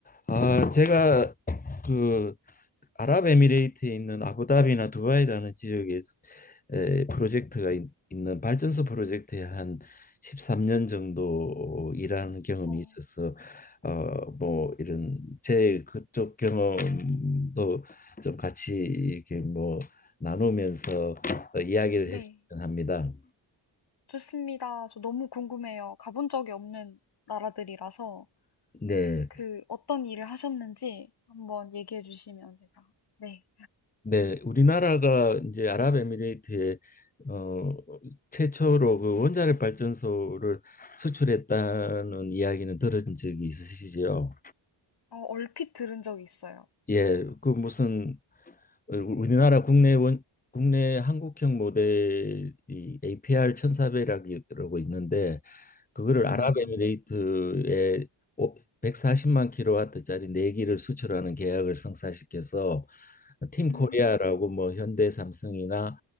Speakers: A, on the left; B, on the left.
A: 아, 제가 그 아랍에미레이트에 있는 아부다비나 두바이라는 지역에 에, 프로젝트가 있, 는 발전소 프로젝트에 한 13년 정도 일하는 경험이
B: 어,
A: 있어서 어, 뭐 이런 제 그쪽 경험도 좀 같이 이렇게 뭐 나누면서 어, 이야기를
B: 네,
A: 했으면 합니다.
B: 좋습니다. 저 너무 궁금해요. 가본 적이 없는 나라들이라서
A: 네.
B: 그 어떤 일을 하셨는지 한번 얘기해 주시면 제가 네,
A: 네, 우리나라가 이제 아랍에미레이트에 어, 최초로 그 원자력 발전소를 수출했다는 이야기는 들은 적이 있으시죠?
B: 어, 얼핏 들은 적이 있어요.
A: 예, 그 무슨 어, 우리나라 국내 원 국내 한국형 모델이 APR 1400이라고 있는데 그거를
B: 음,
A: 네. 아랍에미레이트에 오- 140만 킬로와트짜리 네기를 수출하는 계약을 성사시켜서 팀
B: 음,
A: 코리아라고 뭐 현대 삼성이나